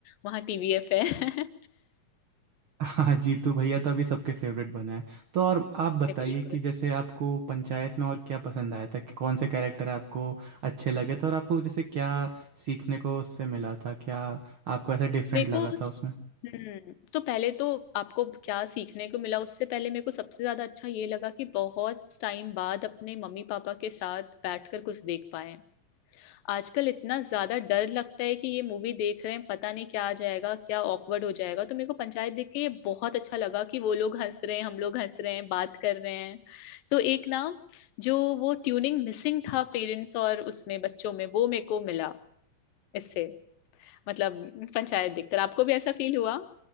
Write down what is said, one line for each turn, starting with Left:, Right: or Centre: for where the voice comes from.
Left: वहाँ टीवीएफ है <laughs>
Right: हाँ जीतू भैया तो अभी सबके फेवरेट बना है तो और आप बताइए
Left: नहीं, बिल्कुल
Right: कि जैसे आपको पंचायत में और क्या पसंद आया था कि कौन से कैरेक्टर आपको अच्छे लगे थे और आपको जैसे क्या सीखने को उससे मिला था क्या आपको ऐसा डिफरेंट
Left: मेरे
Right: लगा
Left: को उस-
Right: था उसमें
Left: हम्म तो पहले तो आपको क्या सीखने को मिला उससे पहले मेरे को सबसे ज्यादा अच्छा ये लगा कि बहुत टाइम बाद अपने मम्मी पापा के साथ बैठकर कुछ देख पाए आजकल इतना ज्यादा डर लगता है कि ये मूवी देख रहे हैं पता नहीं क्या आ जाएगा क्या ऑकवर्ड हो जाएगा तो मेरे को पंचायत देख के ये बहुत अच्छा लगा कि वो लोग हंस रहे हैं हम लोग हंस रहे हैं बात कर रहे हैं तो एक ना जो वो ट्यूनिंग मिसिंग था पेरेंट्स और उसमें बच्चों में वो मेरे को मिला इससे मतलब पंचायत देखकर आपको भी ऐसा फील हुआ